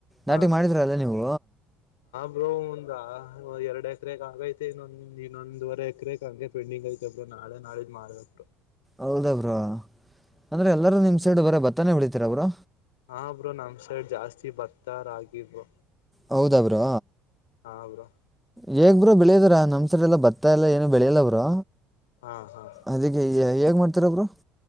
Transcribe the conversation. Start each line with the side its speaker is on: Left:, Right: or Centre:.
Left: ಹಾ
Centre: ನಾಟಿ ಮಾಡಿದ್ರ ಅಲ್ಲ ನೀವು
Left: ಹ್ಮ್ ಒಂದ ಎರಡು ಎಕರೆಗೆ ಆಗೈತೆ ಇನ್ನೊ ಇನ್ನೊಂದುವವರೆ ಎಕರೆಗೆ ಹಂಗೆ ಪೆಂಡಿಂಗ್ ಐತೆ ಬ್ರೋ ನಾ ನಾಳೆ ನಾಳಿದ್ದ ಮಾಡ್ಬೇಕು
Centre: ಹೌದ ಬ್ರ ಅಂದ್ರೆ ಎಲ್ಲಾರೂ ನಿಮ್ ಸೈಡ್ ಬರ ಬತ್ತಾನೇ ಬಿಡಿತೀರ ಅವರು
Left: ಹಾ ಬ್ರೋ ನಮ್ ಸೈಡ್ ಜಾಸ್ತಿ ಬತ್ತಾರ ಆಗಬೋ
Centre: ಹೌದ ಬ್ರೋ
Left: ಹಾ ಬ್ರೋ
Centre: ಹೇಗ್ ಬ್ರ ಬೆಳೆಯೋದ್ರ ನಮ್ಸರಿ ಎಲ್ಲ ಬತಾ ಎಲ್ಲಾ ಏನು ಬೆಳೆಯಲ್ಲ ಬ್ರರು
Left: ಹಾ ಹಾ
Centre: <inaudible> ಅದಕ್ಕೆ ಹೇಗ್ ಮಾಡ್ತಾರಬ್ರು